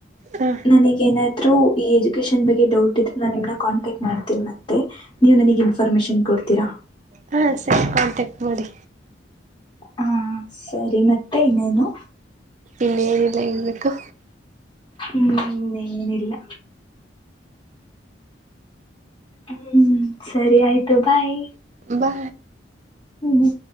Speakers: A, on the right; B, on the left.
A: ಹಾ
B: ನನಗನಾದ್ ತ್ರು ಈ ಎಜುಕೇಶಷನ್ ಬಗ್ಗೆ ಡೌಟ್ ಇದ್ರು ನಾ ನಿಮ್ ಕಾಂಟ್ಯಾಕ್ಟ್ ಮಾಡ್ತೀನಿ ಮತ್ತೆ ನೀವ ನನಗ್ ಇನ್ಫಾರ್ಮೇಶನ್ ಕೊಡ್ತೀರಾ.
A: ಹಾ ಸರಿ ಕಾಂಟ್ಯಾಕ್ಟ್ ಮಾಡಿ.
B: ಹಾ ಸರಿ ಮತ್ತೆ ಇನ್ನೇನು.
A: ಇನ್ನೇನಿಲ್ಲ ಹೇಳಬೇಕು
B: ಹ್ಮ ಏನಿಲ್ಲ. ಹ್ಮ ಸರಿ ಆಯ್ತು ಬಾಯ್.
A: ಬಾ
B: ಹ್ಮ್ ಹ್ಮ.